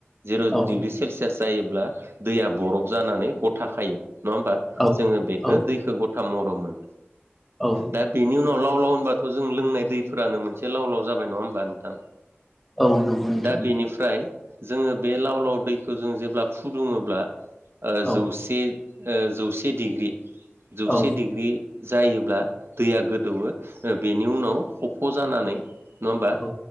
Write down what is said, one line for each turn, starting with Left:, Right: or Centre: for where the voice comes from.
Right: जिर'
Centre: औ
Right: डिग्रि सेलसियास जायोब्ला दैया बरफ जानानै गथ खायो नङा होमबा
Centre: औ
Right: जोङो बेखौ
Centre: औ
Right: दैखौ ग था महराव मोनो
Centre: औ
Right: दा बेनि उनाव लाव लाव होनबाथ' जों लोंनाय दैफोरानो मोनसे लाव लाव जाबाय नङा होमबा नोंथां
Centre: औ नंगौ नोंथां
Right: दा बेनिफ्राय जोङो बे लाव लाव दैखौ जों जेब्ला फुदुङोब्ला
Centre: औ
Right: जौसे जौसे डिग्रि जौसे
Centre: औ
Right: डिग्रि। जायोब्ला दैया गोदौवो बेनि उनाव खफ' जानानै नङा होमबा
Centre: औ